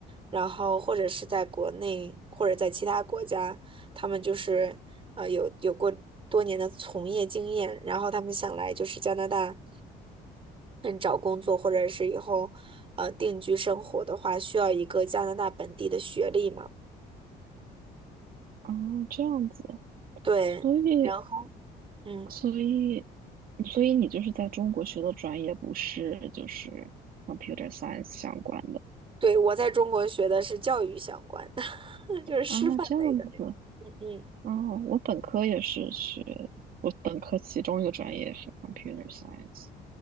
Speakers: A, on the right (about 30°); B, on the right (about 60°).
A: 然后或者是在国内或者在其他国家。他们就是呃有有过多年的从业经验，然后他们想来就是加拿大，嗯，找工作或者是以后呃定居生活的话，需要一个加拿大本地的学历嘛？
B: 哦，这样子，
A: 对，
B: 所以，
A: 然后嗯，
B: 所以，所以你就是在中国学的专业不是就是 computer science 相关的
A: 对，我在中国学的是教育相关的，<laughs> 就是师范类的，
B: 啊？这样子，
A: 嗯，
B: 哦，我本科也是学，我本科其中一个专业是 computer science，